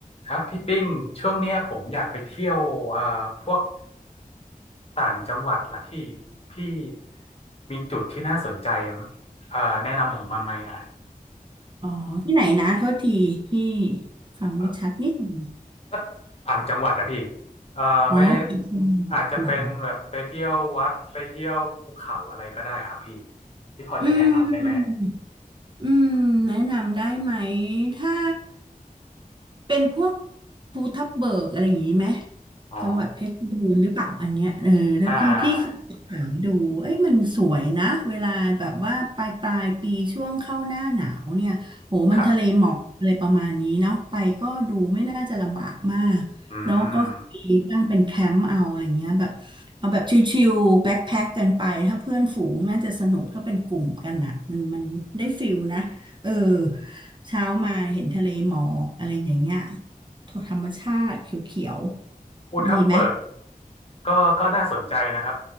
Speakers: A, on the left; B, on the right.
A: ครับพี่ปิ้งช่วงเนี้ยผมอยากไปเที่ยวอ่าพวกต่างจังหวัดล่ะพี่พี่มีจุดที่น่าสนใจมั้ยอ่าแนะนำผมมาไหมอ่ะ
B: อ๋อที่ไหนนะโทษทีพี่ฟังไม่ชัดนิดหนึ่ง
A: เอ่อสักต่างจังหวัดอะพี่เอ่อไม่
B: อ๋อที่จังหวัดเหรอ
A: อาจจะเป็นแบบไปเที่ยววัดไปเที่ยวภูเขาอะไรก็ได้ครับพี่ที่พอจะแนะนำได้ไหม
B: อืมอืมแนะนำได้ไหมถ้าเป็นพวกภูทับเบิกอะไรอย่างนี้ไหม
A: อ๋อ
B: จังหวัดเพชรบูรณ์หรือเปล่าอันเนี้ยเออแล้วพี่พี่เคยไปดูเอ้ยมันสวยนะเวลาแบบว่าปลายปลายปีช่วงเข้าหน้าหนาวเนี่ยโหมันทะเลหมอกอะไรประมาณนี้เนาะไปก็ดูไม่น่าจะลำบากมาก
A: อ่าครับอื
B: แล้วก็มีตั้งเป็นแคมป์เอาอะไรเงี้ยแบบเอาแบบชิวๆแบ็คแพ็คกันไปถ้าเพื่อนฝูงน่าจะสนุกถ้าเป็นกลุ่มกันอ่ะมันมันได้ฟิลนะเออ
A: ม
B: เช้ามาเห็นทะเลหมอกอะไรอย่างเงี้ยธรรมชาติเขียวๆดีไหม
A: ภูทับเบิกก็ก็น่าสนใจนะครับ